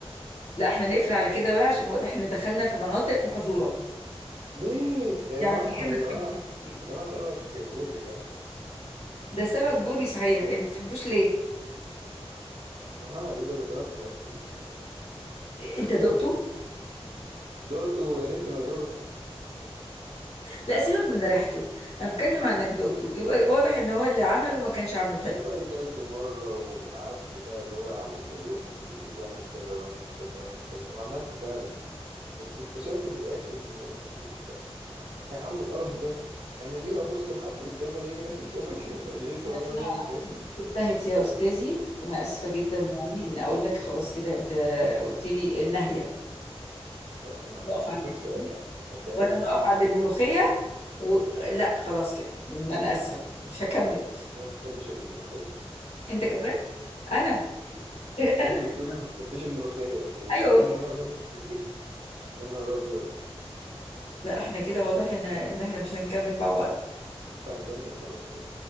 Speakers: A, on the left; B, on the right.
A: لا احنا نقفل على كده بقى عشان واضح ان دخلنا في مناطق محظوره
B: ليه يا
A: يعني
B: جماعه
A: ايه ما
B: يا
A: تحبش
B: جماعه
A: الفسيخ
B: يا جماعه سمك بوري يا جماعه
A: ده سمك بوري صحيح انت ما تحبوش ليه
B: يا جماعه ايه ده ده سمك منتن
A: انت دقته
B: دقته يا ريتني ما دقته
A: لا سيبك من ريحته انا بتكلم عن انك دقته يبقى واضح ان هو اللي عمله ما كانش عامله حلو
B: والله كلته مرة وقعدت بقى اللي هو أعمل زيهم ويقولوا لي أعمل كذا وأعمل كذا وأعمل كذا وعملت فعلا بس اكتشفت في الآخر إيه، طب يا عم القرف ده أنا ليه أبص لحد قدامي ألاقيه ماسك سمكة <laughs> ميتة
A: انا
B: ويقعد
A: كده
B: يعمل
A: علاقتي
B: فيها كده
A: بيك انتهت يا استاذي وانا اسفه جدا يعني ان اقول لك خلاص كده انت قلت لي النهيه
B: خلاص أنا
A: نقف
B: حبيت
A: عند
B: بس
A: الفسيخ
B: آه، أديها
A: وانا
B: لك في
A: نقف
B: نص دماغي
A: عند الملوخيه و... لا خلاص كده انا اسفه مش هكمل
B: أنا ما بتحبش الملوخية
A: انت كمان انا <laughs>
B: أنت بتقولي ما بتحبش الملوخية وزعلانة
A: ايوه
B: إن أنا ما بحبش الفسيخ يا نهار أبيض
A: لا احنا كده واضح ان ان احنا مش هنكمل مع بعض
B: ينفع نكمل خلاص كده